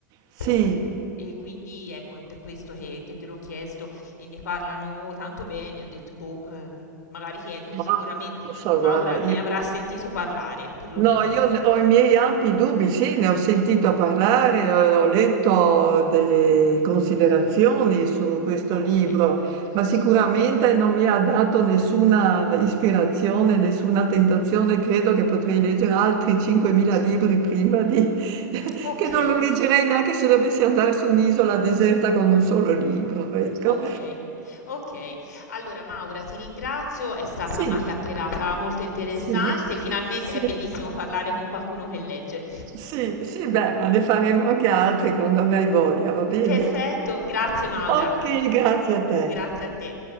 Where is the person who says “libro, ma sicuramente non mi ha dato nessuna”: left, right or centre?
Right